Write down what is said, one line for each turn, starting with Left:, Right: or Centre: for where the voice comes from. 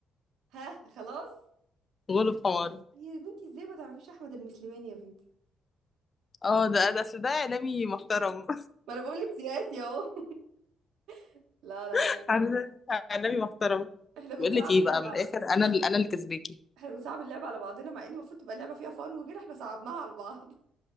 Right: ها خلاص
Left: غلب حماري
Right: يا بنتي ازاي ما تعرفيش احمد المسلماني يا بنتي
Left: اه ده ده اصل ده إعلامي محترم
Right: ما انا بقول لك سياسي اهو <laughs> لا لا
Left: <laughs>
Right: لا
Left: عارفة؟ إعلامي محترم
Right: احنا بنصعب
Left: بقول لك ايه
Right: اللعبة
Left: بقى من
Right: على
Left: الآخر انا اللي انا اللي كسباكي
Right: احنا بنصعب اللعبة على بعضنا مع ان المفروض تبقى اللعبة فيها فن وكده احنا صعبناها على بعض <laughs>